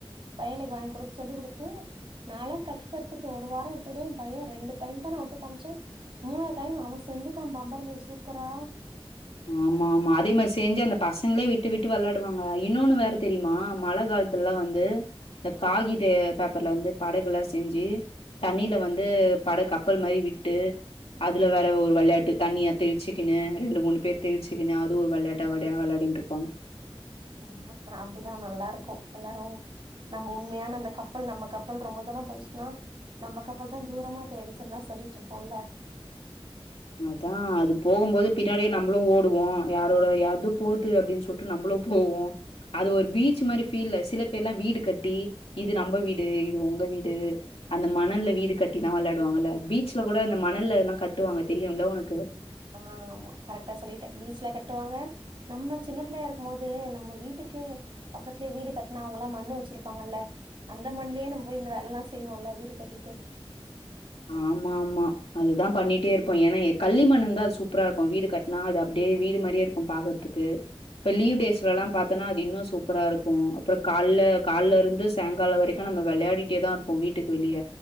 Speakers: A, on the right; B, on the left.
A: பையனுக்கு வாங்கி குடுன் சொல்லிக் குடுத்து நாலா கத்துக்கறத்துக்கு ஒரு வாரோ எடுத்துட்ட ஏன் பையே ரெண்டு டைம் தா நா விட்டு காமிச்சே மூணா டைம் அவே செஞ்சுட்டா பம்பரமே சூப்பரா
B: ஆமா ஆமா அதே மேரி செஞ்சு அந்த பசங்களே விட்டு விட்டு வெள்ளாடுவாங்க இன்னொன்னு வேற தெரிமா மழ காலத் துலலா வந்து இந்த காகித பேப்பர்ல வந்து படகுலா செஞ்சு தண்ணில வந்து பட கப்பல் மாரி விட்டு அதுல வேற ஒரு வெளயாட்டு தண்ணிய தெளிச்சுக்கின்னு ரெண்டு மூணு பேர் தெளிச்சுக்குன்னு அது ஒரு வெளயாட்டா வெடயா வெளயாடிட்ருப்பாங்
A: ஆமா நா அப்டிதா நல்லாருக்கு எல்லாரு நம்ம உண்மையான அந்த கப்பல் நம்ம கப்பல் ரொம்ப தூரோ போய்ர்ச்சினா நம்ம கப்பல் தான் தூரமா போயிருச்சின்லா சொல்லிட்டு இருப்போல்ல
B: அதா அது போகும்போது பின்னாடியே நம்புளு ஓடுவோ யாரோட யார்தோ போது அப்டின் சொல் ட்டு நம்புளு போவோ அது ஒரு பீச் மாரி ஃபீல் சில பேர்லா வீடு கட்டி இது நம்ப வீடு இது உங்க வீடு அந்த மணல்ல வீடு கட்டிலா வெளயாடுவாங்கல்ல பீச்
A: ஆ,
B: கூட அந்த மணல்ல அதெலா கட்டுவாங்க தெரியுல உனக்கு
A: ஆ ஆமா கரெக்டா சொல்லிட்டே பீச்ல கட்டுவாங்க நம்ம சின்ன பிள்ளையா இருக்கும்போது நம்ம வீட்டுக்கே பக்கத்துலே வீடு கட்னா அவங்கலா மண்ணு வச்சிருப்பாங்கல்ல அந்த மண்லே நம்ம போய் இந்த வேலலா செய்வோல வீடு கட்டிட்டு
B: ஆமா ஆமா அதுதா பண்ணிட்டே இருப்போ ஏனா கல்லி மண்ணுந்தா அது சூப்பராருக்கு வீடு க னா அது அப்டே வீடு மாரியே இருக்கு பாக்கற்துக்கு இப்ப லீவ்
A: ம்
B: டேஸ்லலா பாத்தனா அது இன்னு சூப்பராருக்கு அப்றோ கால்ல கால்லருந்து சாங்காலோ வரைக்கு நம்ம வெள்ளாடிட்டே தா இருப்போ வீட்டுக்கு வெளிய